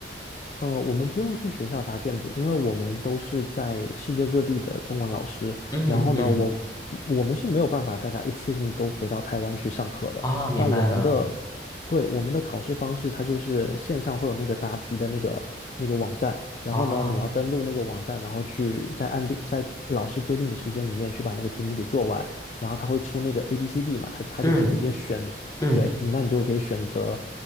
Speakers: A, on the left; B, on the left.
A: 呃，我们不用去学校答卷子，因为我们都是在世界各地的中文老师。
B: 嗯嗯，
A: 然后呢，我我们是没有办法大家一次性都回到台湾去上课的。
B: 啊，明白了，
A: 但我们的，对，我们的考试方式，它就是线上会有那个答题的那个那个网站，然后呢，
B: 哦，
A: 你要登录那个网站，然后去在按定在老师规定的时间里面去把那个题目给做完，然后他会出那个 A、B、C、D 嘛，他他就会直接选对，
B: 嗯嗯
A: 那你就可以选择，